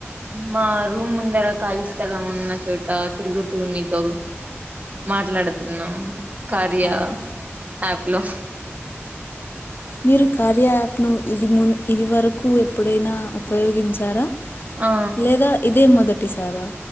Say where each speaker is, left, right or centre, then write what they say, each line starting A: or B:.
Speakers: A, on the right; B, on the left.
A: మా రూమ్ ముందర ఖాళీ స్థలం ఉన్న చోట తిరుగు తుమి తగు మాట్లాడుతున్నాం కార్య
B: అవును
A: యాప్ లో
B: మీరు కార్య యాప్ ను ఇది ము ఇది వరకు ఎప్పుడైనా ఉపయోగించారా
A: ఆ
B: లేదా ఇదే మొదటిసారా